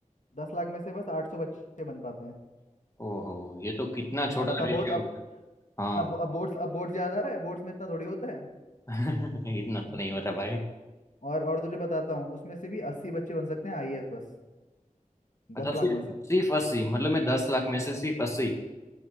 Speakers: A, on the left; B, on the left.
A: दस लाख में से बस आठ सौ बच्चे बन पाते हैं
B: ओहो ये तो कितना छोटा
A: अब बता
B: रेशियो
A: बोर्ड अब
B: हाँ
A: अब अब बोर्ड्स अब बोर्ड याद आ रहा है बोर्ड्स में इतना थोड़ी होता है
B: <laughs> इतना
A: हम्म।
B: तो नहीं होता भाई
A: और और तुझे बताता हूँ उसमें से भी अस्सी बच्चे बन सकते हैं आईएएस बस दस
B: अच्छा
A: लाख
B: सिर्फ
A: में से
B: सिर्फ अस्सी मतलब मैं दस लाख में से सिर्फ अस्सी